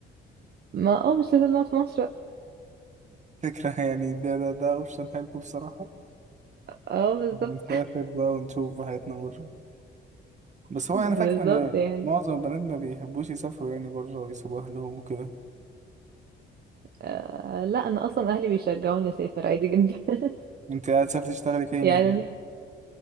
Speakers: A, on the right (about 50°); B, on the right (about 35°).
A: ما اه مش لازم نقعد في مصر بقى.
B: فكرة <laughs> يعني ده ده ده اوبشن حلو بصراحة
A: اه بالظبط
B: نسافر بقى ونشوف حياتنا بره بس
A: <laughs>
B: هو انا فاكر
A: بالظبط
B: ان
A: يعني
B: معظم البنات ما بيحبوش يسافروا يعني بره ويسيبوا اهلهم وكده
A: آه لا انا اصلا اهلي بيشجعوني اسافر عادي جدا <laughs>
B: انت قاعد تسافر تشتغلي فين
A: يعني
B: يعني
A: أنا-